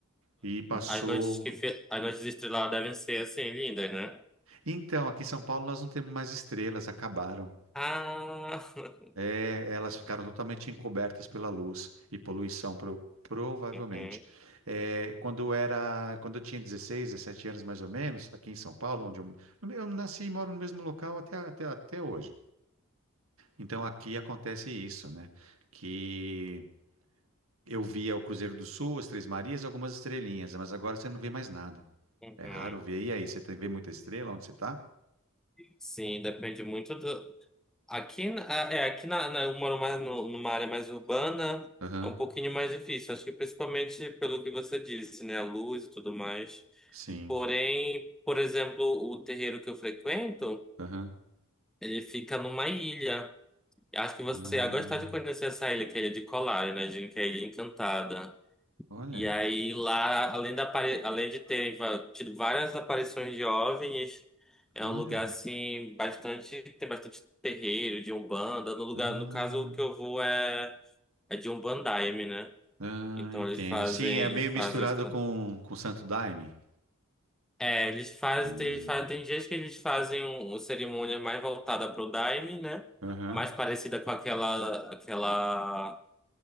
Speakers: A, on the right (about 80°); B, in the centre.
A: E passou.
B: As noites que fe... As noites estreladas devem ser assim, lindas, né?
A: Então, aqui em São Paulo nós não temos mais estrelas, acabaram.
B: Ah! <laughs>
A: É, elas ficaram totalmente encobertas pela luz e poluição, pro- provavelmente.
B: Uhum,
A: É, quando era, quando eu tinha 16 17 anos mais ou menos, aqui em São Paulo, onde eu, eu nasci e moro no mesmo local até, até, até hoje. Então aqui acontece isso, né? Que eu via o Cruzeiro do Sul, as Três Marias, algumas estrelinhas, mas agora você não vê mais nada.
B: uhum.
A: É raro ver. E aí, você tem- vê muita estrela onde você tá?
B: Sim, depende muito do. Aqui, na- é, aqui na, na- eu moro mais no- numa área mais urbana,
A: Aham,
B: é um pouquinho mais difícil. Acho que principalmente pelo que você disse, né? A luz e tudo mais.
A: sim.
B: Porém, por exemplo, o terreiro que eu frequento,
A: Aham.
B: ele fica numa ilha. Acho que você
A: Ah,
B: ia gostar de conhecer essa ilha, que é a Ilha de Colar, né? Dizem que é a Ilha Encantada.
A: olha,
B: E aí lá, além da, apare- além de ter va- tido várias aparições de OVNIs, é
A: olha.
B: um lugar assim bastante tem bastante terreiro de Umbanda. No lugar,
A: Ah.
B: no caso que eu vou é é de Umbandaime, né?
A: Ah,
B: Então
A: entendo.
B: eles fazem,
A: Sim, é
B: eles
A: meio misturado
B: fazem os tra-
A: com, com Santo Daime.
B: é, eles fazem,
A: Ah,
B: tem- eles fazem, tem dias que eles fazem um- uma cerimônia mais voltada pro Daime, né?
A: Aham.
B: Mais parecida com aquela aquela